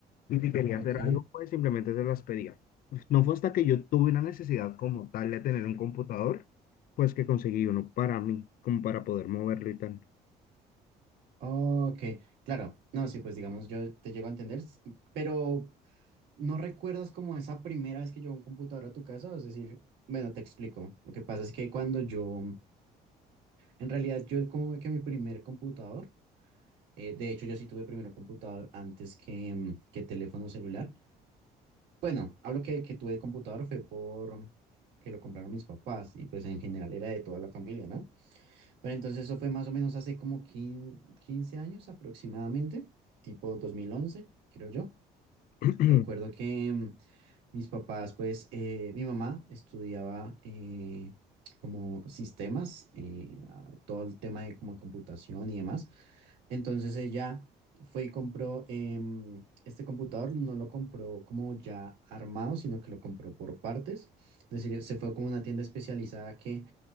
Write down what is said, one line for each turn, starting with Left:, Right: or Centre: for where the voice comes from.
Left: y si quería
Right: Ok,
Left: hacer algo, pues simplemente se las pedía. No fue hasta que yo tuve una necesidad como tal de tener un computador, pues que conseguí uno para mí, como para poder moverlo y tal.
Right: ok, claro. No, sí, pues digamos, yo te llego a entender, s- pero ¿no recuerdas como esa primera vez que llegó un computador a tu casa? Es decir, bueno, te explico. Lo que pasa es que cuando yo, en realidad, yo el, como que mi primer computador Eh, de hecho, yo sí tuve primero computador antes que, mm, que teléfono celular. Bueno, hablo que, que tuve computador fue por mm, que lo compraron mis papás y pues en general era de toda la familia, ¿no? Pero entonces eso fue más o menos hace como 15, 15 años aproximadamente, tipo 2011, creo yo.
Left: <clears throat>
Right: Recuerdo que mm, mis papás, pues eh, mi mamá estudiaba eh, como sistemas, eh, a- todo el tema de como computación y demás. Entonces ella fue y compró em, este computador, no lo compró como ya armado, sino que lo compró por partes. Es decir, se fue como a una tienda especializada que